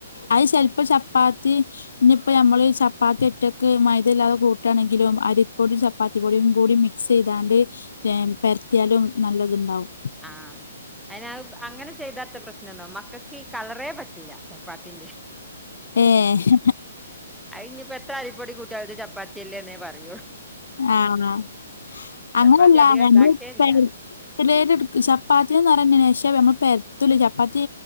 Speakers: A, on the left; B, in the centre.
A: അഹ് ചെൽപ്പം ചപ്പാത്തി ഇഞ്ഞിപ്പേ ഞമ്മള് ചപ്പാത്തി ഒറ്റക്ക് മൈദല്ലാതെ കൂട്ടാണെങ്കിലും അരിപ്പൊടി ച പ്പാത്തിപ്പൊടിയും കൂടി മിക്സൈയ്താണ്ട് ഏ പര്ത്തിയാലും നല്ലത്ണ്ടാവും.
B: ആ അയ്നത് അങ്ങനെ ചെയ്താത്തെ പ്രശ് പിന്നെ നമക്കെക്കേ ഈ കളറേ പറ്റൂല ചപ്പാത്തിന്റെ.
A: ഏഹ്
B: അഹ് ഇഞ്ഞിപ്പ എത്ര അരിപ്പൊടി കൂട്ടിയാലും ഇത് ചപ്പാത്തിയല്ലേ ന്നേ പറയൂ.
A: ആണോ അങ്ങനെയല്ല
B: ചപ്പാത്തി അധികം
A: ഞങ്ങൾ
B: ഉണ്ടാക്കേയില്ല
A: <unintelligible> <unintelligible> ചപ്പാത്തിന്നറിന്നനേ പക്ഷേ നമ്മള് പെര്ത്തുലേ ചപ്പാത്തി